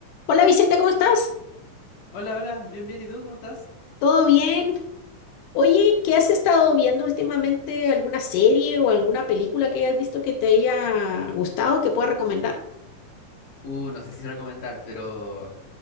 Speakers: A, on the left (about 80°); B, on the left (about 60°).
A: Hola Vicente, ¿cómo estás?
B: Hola, hola, bien, bien, ¿y tú cómo estás?
A: ¿Todo bien? Oye, ¿qué has estado viendo últimamente? ¿Alguna serie o alguna película que hayas visto que te haya gustado que pueda recomendar?
B: Uh, no sé si recomendar, pero